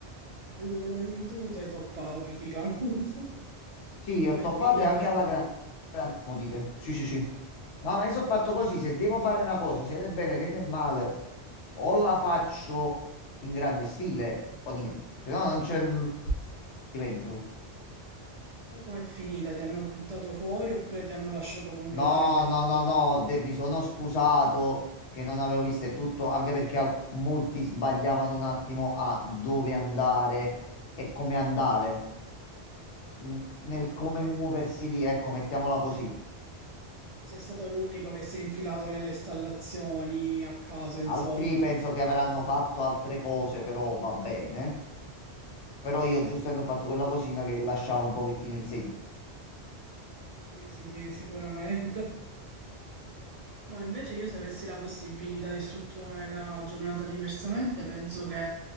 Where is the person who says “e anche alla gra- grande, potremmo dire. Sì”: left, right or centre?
Left